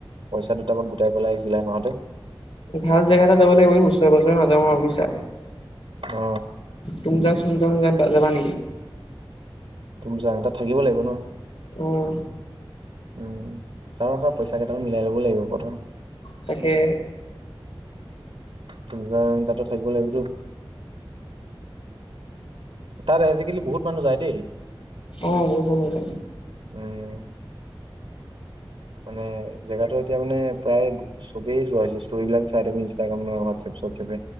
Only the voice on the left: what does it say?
ভাল জেগা এটা যাব লাগিব ওচৰে পাজৰে মাজে সময়ে বুজিছা।
তুম যাং চুম যাং যাবা নেকি?
উম।
তাকে।
অ বহুত।